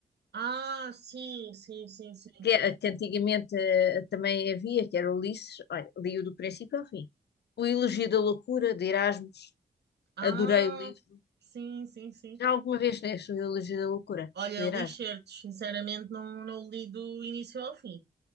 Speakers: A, on the right; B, on the left.
A: Ah, sim, sim, sim, sim.
B: Que, era- que antigamente eh, também havia, que era Ulisses. Olha, li-o do princípio ao fim. O Elogio da Loucura, de Erasmus.
A: Ah,
B: Adorei o livro.
A: sim, sim, sim.
B: Já alguma vez leste o Elogio da Loucura,
A: Olha,
B: do
A: li
B: Erasmus?
A: certos, sinceramente, não, não li do início ao fim.